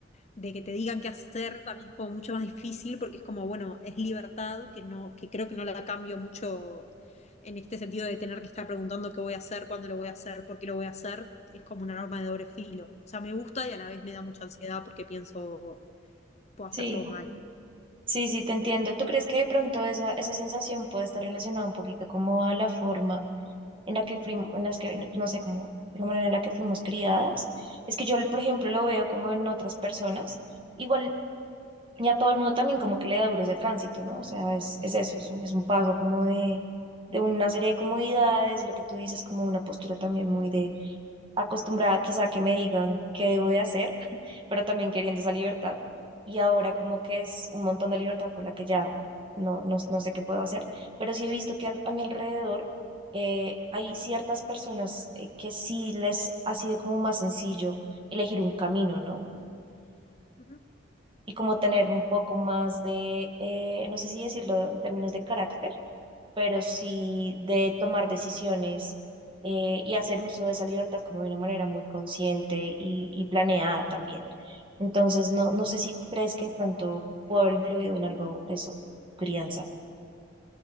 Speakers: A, on the left; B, on the right.
A: de que te digan qué hacer, también es como mucho más difícil porque es como, bueno, es libertad que no, que creo que no la cambio mucho en este sentido de tener que estar preguntando qué voy a hacer, cuándo lo voy a hacer, por qué lo voy a hacer, es como una arma de doble filo. O sea, me gusta y a la vez me da mucha ansiedad porque pienso, puedo hacer
B: Sí,
A: todo mal.
B: sí, sí, te entiendo. ¿Tú crees que de pronto esa, esa sensación puede estar relacionada un poquito como a la forma en la que fuimos, en las que, no sé, como la manera en la que fuimos criadas? Es que yo, por ejemplo, lo veo como en otras personas. Igual Y a todo el mundo también como que le da duro ese tránsito, ¿no? O sea, es, es eso, es un, es un paso como de, de una serie de comodidades, lo que tú dices como una postura también muy de acostumbrada quizá a que me digan qué debo de hacer, pero también queriendo esa libertad. Y ahora como que es un montón de libertad con la que ya no, no, no sé qué puedo hacer, pero sí he visto que al- a mi alrededor eh, hay ciertas personas eh, que sí les ha sido como más sencillo elegir un camino, ¿no?
A: Ujú.
B: y como tener un poco más de, eh, no sé si decirlo en términos de carácter, pero sí de tomar decisiones eh, y hacer uso de esa libertad como de una manera muy consciente y, y planeada también. Entonces, no, no sé si crees que de pronto puede haber influido en algo eso, tu crianza.